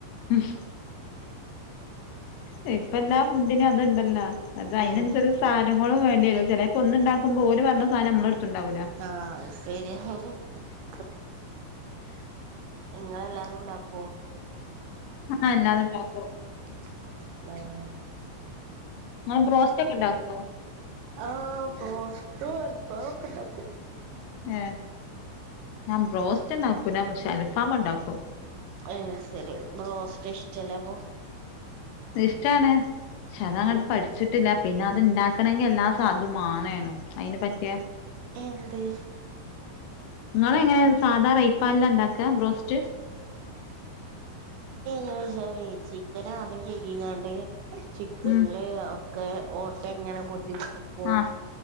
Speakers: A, on the left; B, on the right.
A: ഉംഹ്.. ഏഹ് ഇപ്പല്ലാ ഫുഡിനും അത്ണ്ടല്ലാ അത് അയിനനുസരിച്ച്
B: ഉം
A: സാധനങ്ങളും വേണ്ടിവരും.. ചെലേപ്പോ ഒന്ന്ണ്ടാക്കുമ്പോ ഓല് പറഞ്ഞ സാനം നമ്മളട്ത്ത്ണ്ടാവൂല്ല
B: ആഹ് <unintelligible> നിങ്ങളല്ലാതും ഇണ്ടാക്കോ
A: ആഹ്.. എല്ലാതുണ്ടാക്കും
B: <unintelligible>
A: നിങ്ങൾ ബ്രോസ്റ്റ് ഒക്കെ ഉണ്ടാക്കോ
B: ആഹ ബ്രോസ്റ്റും അൽഫമൊക്കെ ഒക്കെണ്ടാക്കും
A: ഏഹ് ഞാൻ ബ്രോസ്റ്റ് ഉണ്ടാക്കുല്ല.. പക്ഷെ അൽഫാം ഇണ്ടാക്കും
B: ഏ ശരി.. ബ്രോസ്റ്റ് ഇഷ്ടല്ലേ അപ്പൊ
A: ഇഷ്ടാണ്.. പക്ഷെ അതങ്ങട്ട്
B: ഉം
A: പഠിച്ചിട്ടില്ല പിന്നെ അത്ണ്ടാക്കണമെങ്കിൽ എല്ലാ സാധും മാണേണം അയിന് പറ്റിയ
B: എന്ത്
A: നിങ്ങള എങ്ങനെ സാധാ റൈപനിലാ ഇണ്ടാക്കാ ബ്രോസ്റ്റ്
B: ഞാൻ ചിക്കൻ ആദ്യം കഴികീകണ്ട് ചിക്കനില്
A: ഉം
B: ഒക്കെ ഓട്ട ഇങ്ങനെ കുത്തി കൊടുക്ക് പോം
A: ആഹ്